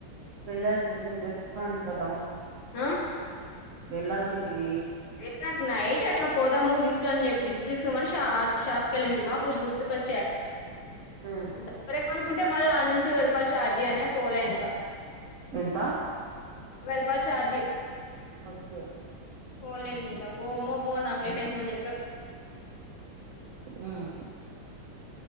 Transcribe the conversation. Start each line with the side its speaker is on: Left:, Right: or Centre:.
Right: వెళ్ళాల్సింది నీ బెస్ట్ ఫ్రెండ్ కదా
Left: ఆ
Right: వెళ్ళల్సింటివి
Left: లే నాకు నైట్ అట్లా పోదాము గిఫ్ట్ అని చెప్పి గిఫ్ట్ తీసుకున్నా మని ష అ షాప్కి వెళ్ళింటామ్మా అప్పుడు గుర్తుకొచ్చా
Right: ఉమ్
Left: దగ్గ అనుకుంటే మళ్ళీ వాళ్ళ నుంచి వెయ్యిరుపాలు చార్జీ అనే పోలే ఇంకా
Right: ఎంత
Left: ప్పల్ చార్జీ
Right: ఓకే
Left: పోలేదు ఇంక పోమ ఫోనాకు లేట్ అవుతుందని చెప్ప
Right: హ్మ్